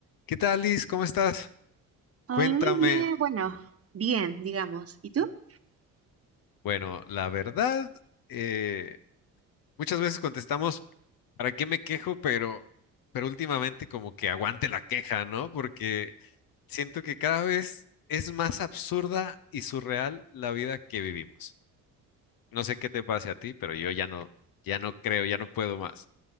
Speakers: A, on the left (about 55°); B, on the right (about 35°).
A: ¿Qué tal, Liz? ¿Cómo estás?
B: Ay,
A: Cuéntame.
B: muy bien, bueno, bien, digamos. ¿Y tú?
A: Bueno, la verdad, eh, muchas veces contestamos, ¿para qué me quejo? Pero, pero últimamente como que aguante la queja, ¿no? Porque siento que cada vez es más absurda y surreal la vida que vivimos. No sé qué te pase a ti, pero yo ya no, ya no creo, ya no puedo más.